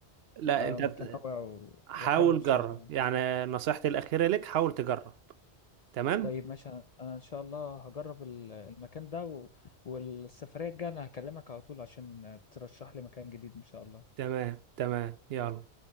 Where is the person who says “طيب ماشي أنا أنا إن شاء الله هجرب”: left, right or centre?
Left